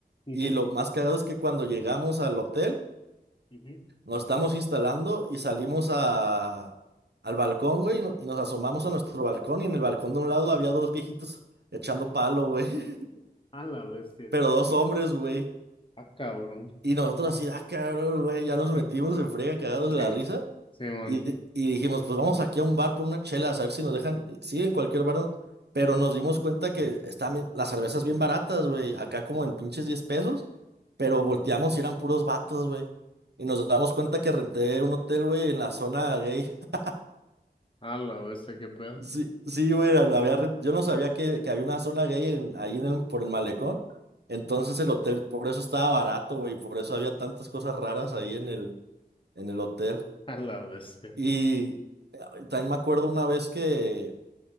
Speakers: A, on the left (about 30°); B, on the right (about 85°).
A: Ujú,
B: Y lo más cagado es que cuando llegamos al hotel,
A: ujú.
B: nos estamos instalando y salimos a, al balcón, güey, y, no- y nos asomamos a nuestro balcón. Y en el balcón de un lado había dos viejitos echando palo, güey. <laughs>
A: A la bestia.
B: Pero dos hombres, güey.
A: Ah, cabrón.
B: Y nosotros así, ah, cabrón, güey, ya nos metimos
A: No,
B: en frega, cagados
A: Sí,
B: de la risa.
A: sí, man.
B: Y, y dijimos, pues vamos aquí a un bar por una chela, a ver si nos dejan, sí, en cualquier bar, ¿no? Pero nos dimos cuenta que están bien- las cervezas bien baratas, güey, acá como en pinches 10 pesos, pero volteamos y eran puros vatos, güey. Y nos damos cuenta que renté un hotel, güey, en la zona gay. <laughs>
A: A la bestia, qué pedo.
B: Sí, sí, güey, lo había ren- yo no sabía que, que había una zona gay en- ahí en el, por el malecón. Entonces el hotel, por eso estaba barato, güey, por eso había tantas cosas raras ahí en el, en el hotel.
A: <laughs> A la bestia.
B: Y también me acuerdo una vez que